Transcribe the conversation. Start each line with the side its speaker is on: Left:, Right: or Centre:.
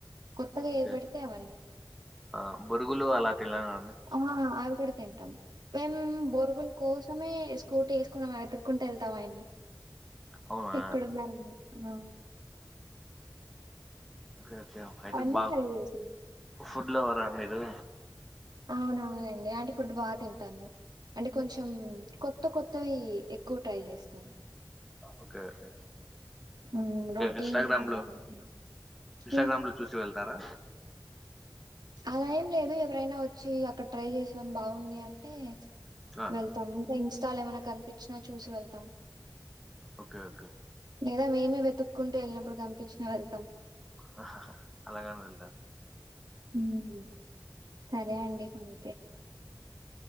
Right: కొత్తగా
Centre: ఓకే
Right: ఏది పెడితే అవన్నీ
Centre: ఆ బొరుగులు అలా తినలేదండి
Right: ఆహా అవి కూడా తింటాం మేము బోరుగుల కోసమే స్కూటీ వేసుకొని వెతుక్కుంటా వెళ్తాం ఆయన్ని
Centre: అవునా
Right: ఎక్కడు ఉన్నారండి ఆ
Centre: ఓకే ఓకే అయితే
Right: అన్నీ
Centre: బా
Right: ట్రై చేశాను.
Centre: ఫుడ్ లో ఇవ్వరా మీరు
Right: అవునవునండి అలాంటే ఫుడ్డు బాగా తింటాను అంటే కొంచెం కొత్త కొత్తవి ఎక్కువ ట్రై చేస్తాం
Centre: ఒకే ఒకే
Right: హ్మ్. రొటీన్
Centre: ఇన్స్టాగ్రామ్
Right: అలా
Centre: లో
Right: కాకుండా.
Centre: ఇన్స్టాగ్రామ్
Right: హ్మ్.
Centre: లో చూసి వెళ్తారా
Right: అలా ఏం లేదు ఎవరైనా వచ్చి అక్కడ ట్రై చేశాను బాగుంది అంటే
Centre: ఆ,
Right: వెళ్తాం ఇంకా ఇన్స్టాల్ ఏమైనా కనిపించినా చూసి వెళ్తాం
Centre: ఓకే ఓకే
Right: లేదా మేమే వెతుక్కుంటే వెళ్ళినప్పుడు కనిపించినా వెళ్తాం
Centre: హా హా అలాగాని వెళ్తా
Right: ఉమ్ సరే అండి అంతే